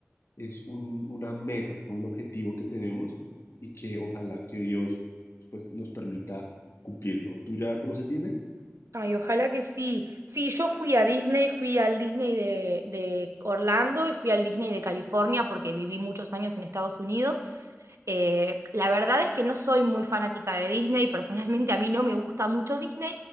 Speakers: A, on the left (about 65°); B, on the right (about 70°).
A: es un, una meta, un objetivo que tenemos y que ojalá que Dios pues, nos permita cumplirlo. ¿Tú ya conoces Disney?
B: Ay, ojalá que sí. Sí, yo fui a Disney, fui al Disney de, de Orlando y fui al Disney de California porque viví muchos años en Estados Unidos. Eh, la verdad es que no soy muy fanática de Disney, personalmente a mí no me gusta mucho Disney.